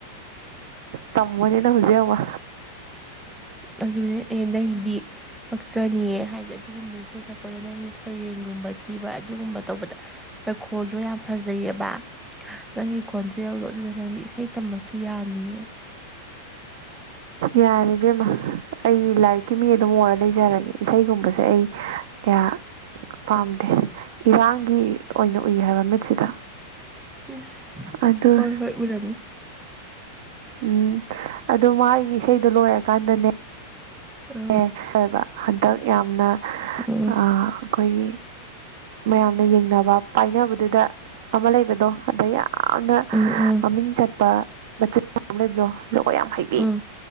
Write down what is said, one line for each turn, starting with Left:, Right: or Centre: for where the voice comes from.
Right: ꯇꯝꯃꯅꯤꯅ ꯍꯖꯤꯕ
Centre: ꯑꯗꯨꯅꯦ ꯑꯦ ꯅꯪꯗꯤ ꯄꯛꯆꯅꯤꯌꯦ ꯍꯥꯏꯗꯤ ꯑꯗꯨꯒꯨꯝꯕ ꯏꯁꯩ ꯁꯛꯄꯗꯣ ꯅꯪꯅ ꯁꯩꯔꯦꯡꯒꯨꯝꯕ ꯊꯤꯕ ꯑꯗꯨꯒꯨꯝꯕ ꯇꯧꯕꯗ ꯇꯩꯈꯣꯜꯗꯣ ꯌꯥꯝ ꯐꯖꯩꯑꯕ ꯅꯪꯒꯤ ꯈꯣꯟꯁꯦ ꯌꯧꯗꯣ ꯑꯗꯨꯗ ꯅꯪꯗꯤ ꯏꯁꯩ ꯇꯝꯃꯁꯨ ꯌꯥꯅꯤꯌꯦ
Right: ꯌꯥꯔꯕꯦꯝꯃ ꯑꯩ ꯂꯥꯏꯔꯤꯛꯀꯤ ꯃꯤ ꯑꯗꯨꯝ ꯑꯣꯏꯔ ꯂꯩꯖꯔꯒꯦ ꯏꯁꯩꯒꯨꯝꯕꯁꯦ ꯑꯩ ꯀꯌꯥ ꯄꯥꯝꯗꯦ ꯏꯔꯥꯡꯒꯤ ꯑꯣꯏꯅ ꯎꯏ ꯍꯥꯏꯕ ꯃꯤꯠꯁꯤꯗ
Centre: ꯌꯦꯁ
Right: ꯑꯗꯨ
Centre: ꯍꯣꯏ ꯍꯣꯏ ꯎꯔꯝꯃꯦ
Right: ꯎꯝ ꯑꯗꯣ ꯃꯥꯒꯤ ꯏꯁꯩꯗꯣ ꯂꯣꯏꯔꯀꯥꯟꯗꯅꯦ
Centre: ꯑ
Right: ꯑꯦꯣꯏꯕ ꯍꯟꯗꯛ ꯌꯥꯝꯅ
Centre: ꯎꯝ
Right: ꯑꯩꯈꯣꯏꯒꯤ ꯃꯌꯥꯝꯅ ꯌꯦꯡꯅꯕ ꯄꯥꯏꯅꯕꯗꯨꯗ ꯑꯃ ꯂꯩꯕꯗꯣ ꯑꯗꯩ ꯌꯥꯝꯅ
Centre: ꯎꯝ ꯎꯝ
Right: ꯃꯃꯤꯡ ꯆꯠꯄ ꯃꯆꯤꯟ ꯃ ꯑꯃ ꯂꯩꯕꯗꯣ ꯖꯒꯣꯏ ꯌꯥꯝ ꯍꯩꯕꯤ
Centre: ꯎꯝ